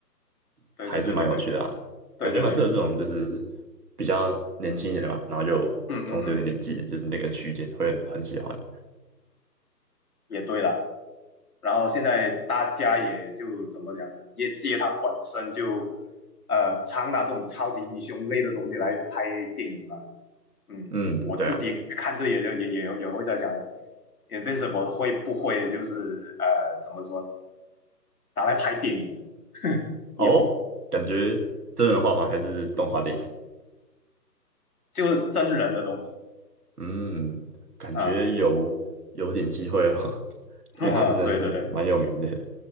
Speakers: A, on the left; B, on the right.
A: 对对对对对
B: 还是蛮有趣的啊，
A: 对对对，
B: 感觉蛮适合这种就是比较年轻一点的嘛，然后就同时有点年纪，
A: 嗯嗯嗯，
B: 就是那个区间会很喜欢。
A: 也对了。然后现在大家也就怎么讲呢？业界它本身就呃常拿这种超级英雄类的东西来拍电影嘛。嗯，
B: 嗯，
A: 我自己看这也就也也也会在想
B: 对啊，
A: ，Invincible 会不会就是呃怎么说拿来拍电影的，
B: 哦，
A: 以后
B: 感觉真人化吗？还是动画电影？
A: 就是真人的东西
B: 嗯，感觉有有点机会哦，
A: 啊、
B: <laughs>
A: <laughs>
B: 因为他真的是蛮有名的，
A: 嗯对对对